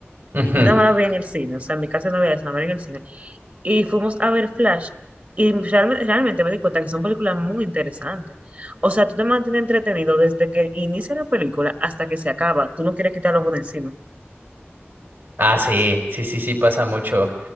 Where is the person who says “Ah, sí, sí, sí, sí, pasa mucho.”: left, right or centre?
Right